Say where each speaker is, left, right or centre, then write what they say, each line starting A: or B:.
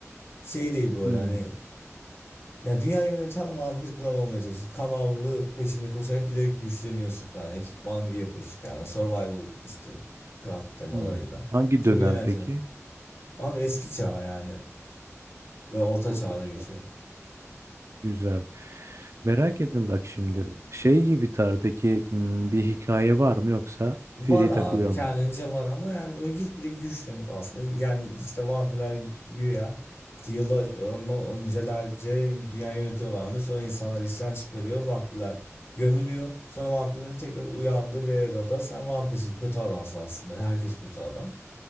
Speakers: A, on the left; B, on the right.
A: şey değil böyle
B: Hmm.
A: hani ya dünyayı yöneten vampir klan olmaya çalışıyorsun. Kan avı peşinde koşarak giderek güçleniyorsun falan. Ekipman yapıyorsun kendine. Survival işte craft temalarıyla.
B: Hmm. Hangi
A: Çok
B: dönem
A: eğlenceli.
B: peki?
A: Abi eski çağ yani. Ve orta
B: Orta
A: çağda
B: çağ.
A: geçiyor.
B: Güzel. Merak ettim bak şimdi. Şey gibi tar peki hmm, bir hikaye var mı yoksa
A: Var
B: free
A: abi
B: takılıyor
A: kendince
B: mu?
A: var ama yani böyle gitgide güçlenip aslında yani işte vampirler güya işte yıllar ondan öncelerce dünya yönetiyorlarmış sonra insanlar isyan çıkarıyor vampirler gömülüyor sonra vampirlerin tekrar uyandığı bir erada sen vampirsin kötü adamsın aslında herkes kötü adam